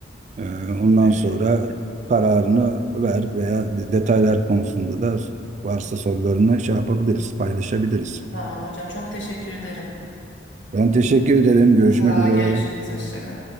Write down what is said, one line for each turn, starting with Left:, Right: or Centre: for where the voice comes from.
Right: E, ondan
Left: Öyle.
Right: sonra kararını ver veya de- detaylar konusunda da varsa sorularını şey yapabiliriz, paylaşabiliriz.
Left: Tamam hocam. Çok teşekkür ederim.
Right: Ben teşekkür ederim. Görüşmek
Left: Ha,
Right: üzere.
Left: görüşürüz. Hoşça kal.